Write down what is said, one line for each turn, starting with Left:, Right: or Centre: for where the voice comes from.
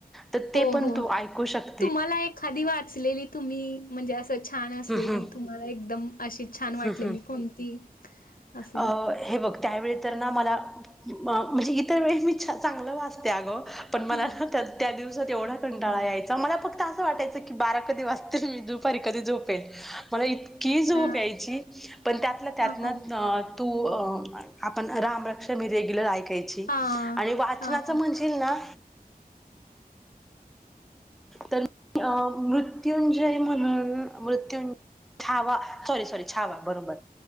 Centre: त ते
Left: हो
Centre: पण
Left: हो
Centre: तू ऐकू शक
Left: तुम्हाला एखादी वाचलेली तुम्ही म्हणजे असचं छान असलेली
Centre: हम्म
Left: तुम्हाला एकदम अशीच छान
Centre: हम्म
Left: वाटलेली
Centre: हम्म
Left: कोणती अस
Centre: अ हे बघ त्यावेळी तर ना मला, म्हणजे इतर वेळी मी चांगलं वाचते अगं पण मला
Left: हं,
Centre: ना त्या त्या दिवसात एवढा कंटाळा यायचा मला फक्त असं वाटायचं की बारा कधी वाजतील, मी दुपारी कधी झोप पेल, मला इतकि
Left: अच्छा
Centre: झोप यायची, पण त्यातळ्या त्यात
Left: हां
Centre: ना
Left: हां
Centre: अ तू अ आपण रामरक्षा मी रेग्युलर ऐकायची. इ
Left: हां
Centre: आणि वाचनाच
Left: हां
Centre: म्हणशील ना तर अ मृत्युंजय म्हणून मृत्युंज छावा सॉरी-सॉरी छावा बरोबर.